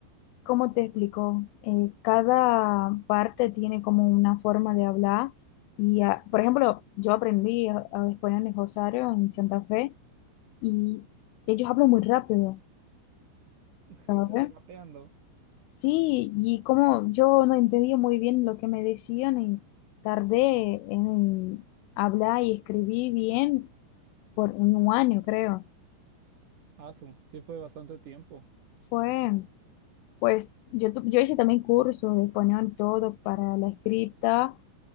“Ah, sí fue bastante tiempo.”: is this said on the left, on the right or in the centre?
Right